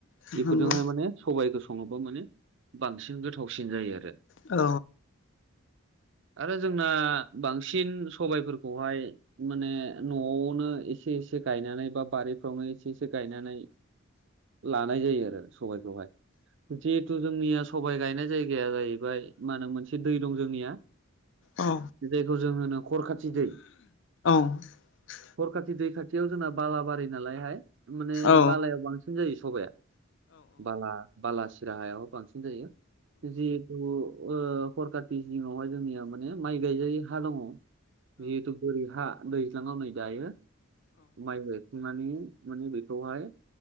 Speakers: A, on the left; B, on the right.
A: नंगौ
B: बेफोरजोंहाय माने सबाइखो सङोबा माने बांसिन गोथावसिन जायो आरो।
A: औ।
B: आरो जोंना बांसिन सबायफोरखौहाय माने न'आवनो एसे एसे गायनानै बा बारिफ्रावनो एसे एसे गायनानै लानाय जायो आरो सबायखौहाय जिहेथु जोंनिया सबाय गायनाय जायगाया जाहैबाय मा होनो मोनसे दै दं जोंनिया
A: औ
B: बे दैखौ जों होनो खरखाथि दै
A: <inaudible>
B: हरखाथि दै खाथियाव जोंना बालाबारि नालायहाय माने
A: औ नंगौ औ नंगौ औ
B: बालायाव बांसिन जायो सबाया बाला बाला सिराहायाव बांसिन जायो। जिहेथु हरकनि सिङावहाय जोंनिया माने माइ गायजाय हा दङ <unintelligible> जिहेथु बोरै हा दैज्लाङाव नै दायो माइ गायखांनानै माने बेखौहाय